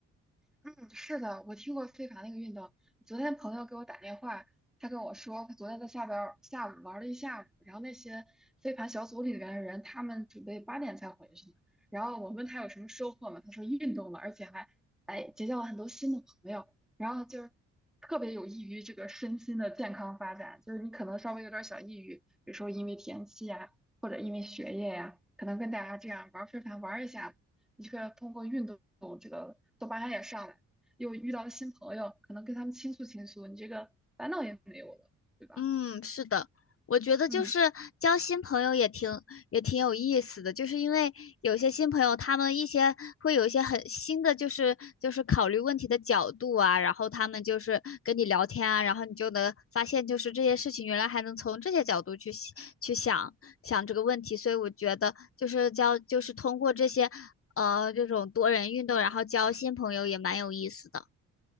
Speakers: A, in the centre; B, on the left.
A: 嗯，是的，我听过飞盘那个运动。昨天朋友给我打电话，他跟我说，他昨天在下边儿下午玩了一下午，然后那些飞盘小组里边的人，他们准备八点才回去呢。然后我问他有什么收获吗？他说运动了，而且还哎结交了很多新的朋友，然后就是特别有益于这个身心的健康发展。就是你可能稍微有点儿小抑郁，比如说因为天气呀，或者因为学业呀，可能跟大家这样玩儿飞盘玩儿一下。一个通过运动这个多巴胺也上来，又遇到了新朋友，可能跟他们倾诉倾诉，你这个烦恼也没有了，对吧？
B: 嗯，是的，我觉得就是交新朋友也挺也挺有意思的，
A: 嗯。
B: 就是因为有些新朋友，他们一些会有一些很新的，就是就是考虑问题的角度啊，然后他们就是跟你聊天啊，然后你就能发现，就是这些事情原来还能从这些角度去想去想想这个问题，所以我觉得就是交就是通过这些呃这种多人运动，然后交新朋友也蛮有意思的。